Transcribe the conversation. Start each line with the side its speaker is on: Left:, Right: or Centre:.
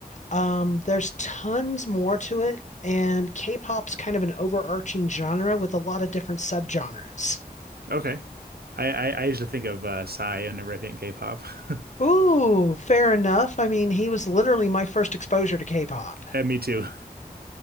Left: Um, there's tons more to it. And K-pop's kind of an overarching genre with a lot of different subgenres.
Right: Okay. I I, I usually think of uh, Psy whenever I think K-pop. <laughs>
Left: Ooh, fair enough. I mean, he was literally my first exposure to K-pop.
Right: And me too.